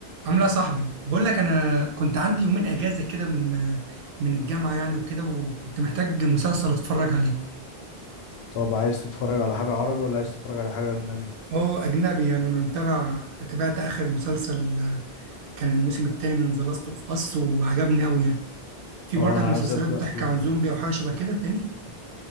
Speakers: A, on the right; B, on the left.
A: عامله إيه يا صاحبي بقول لك انا كنت عندي يومين اجازه كده من من الجامعه يعني وكده وكنت محتاج مسلسل اتفرج عليه
B: طب عايز تتفرج على حاجة عربي ولا عايز تتفرج على حاجة أجنبي؟
A: اه اجنبي يعني انا متابع تابعت اخر مسلسل كان الموسم الثاني من ذا لاست اوف اس وعجبني قوي يعني في
B: اه
A: برضك
B: أنا
A: مسلسلات
B: عايز أبدأ
A: بتحكي
B: فيه
A: عن
B: برضه
A: زومبي او حاجه شبه كده تاني